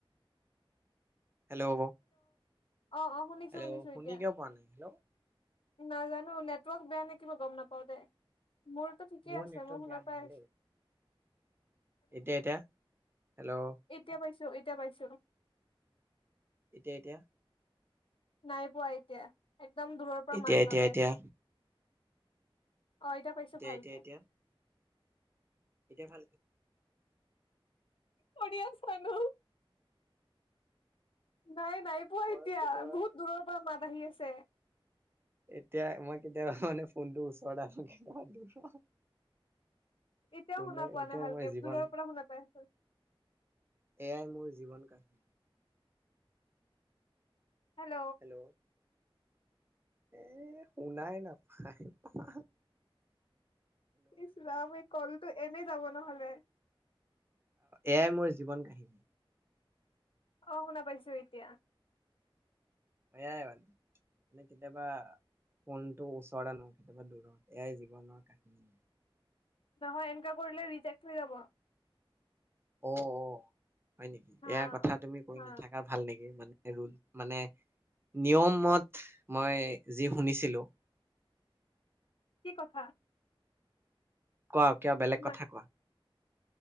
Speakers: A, on the right; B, on the left.
A: হেল্ল'
B: অ অ শুনিছোঁ
A: হেল্ল'
B: শুনিছোঁ
A: শুনি
B: এতিয়া
A: কিয় পোৱা নাই হেল্ল'
B: নাজানো নেটৱৰ্ক বেয়া নে কিবা গম নাপাওঁ দে মোৰতো ঠিকেই
A: মোৰ
B: আছে
A: নেটৱৰ্ক
B: মই শুনাপাই
A: বেয়া নহয়
B: আছোঁ
A: দেই এতিয়া এতিয়া হেল্ল'
B: এতিয়া পাইছোঁ এ এতিয়া পাইছোঁ
A: এতিয়া এতিয়া
B: নাই পোৱা এতিয়া একদম দূৰৰ পৰা
A: এতিয়া
B: মাত
A: এতিয়া
B: শুনাপাই
A: এতিয়া
B: আছোঁ অ এতিয়া পাইছোঁ ভালকে
A: এতিয়া এতিয়া এতিয়া ভালকে
B: কৰি আছা ন নাই নাই পোৱা
A: মই
B: এতিয়া
A: কেতিয়াবা
B: বহুত দূৰৰ পৰা মাত আহি আছে
A: এতিয়া মই কেতিয়াবা মানে ফোনটোৰ ওচৰত আৰু কেতিয়াবা দূৰত
B: এতিয়াও
A: কিন্তু
B: শুনা পোৱা
A: এইটোৱে
B: নাই ভালকে
A: মোৰ জীৱন
B: দূৰৰ পৰা শুনা পাই আছোঁ।
A: এয়াই মোৰ জীৱন কাহিনী
B: হেল্ল
A: হেল্ল' এ শুনাই নাপায় পা
B: ইচ ৰাম এই কলটো এনেই যাব নহ'লে
A: এয়াই মোৰ জীৱন কাহিনী
B: অহ শুনা পাইছোঁ এতিয়া
A: এয়াই মানে মানে কেতিয়াবা কোনটো ওচৰে নো কেতিয়াবা দূৰত এয়াই জীৱনৰ কাহিনী
B: নহয় এনেকে কৰিলে ৰিজেক্ট হৈ যাব
A: অ অ হয় নেকি
B: হা
A: এয়াৰ কথা তুমি কৈ
B: হা
A: নাথাকা ভাল নেকি মানে এই ৰুল‌ মানে নিয়মত মই যি শুনিছিলোঁ।
B: কি কথা।
A: কোৱা কিয় বেলেগ
B: ইমান
A: কথা কোৱা।